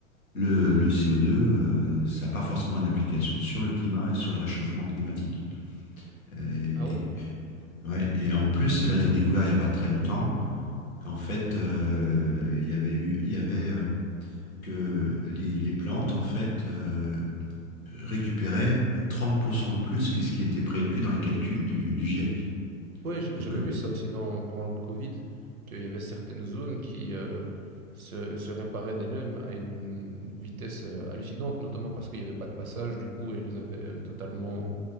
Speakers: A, on the left; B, on the right.
A: le, le CO2, euh, ça n'a pas forcément une application sur le climat et sur le réchauffement climatique. Et,
B: Ah ouais?
A: et,
B: Ok.
A: ouais, et en plus, là, ils ont découvert il n'y a pas très longtemps qu'en fait, euh, il y avait eu, il y avait euh, que les, les, plantes, en fait, euh, récupéraient 30% de plus que ce qui était prévu dans les calculs du, du GIEC.
B: Ouais, je-
A: Donc,
B: j'avais
A: euh,
B: vu ça aussi dans, pendant le Covid, qu'il y avait certaines zones qui euh, se, se réparaient des LEM à une vitesse euh, hallucinante, notamment parce qu'il n'y avait pas de passage, du coup, et ils avaient euh, totalement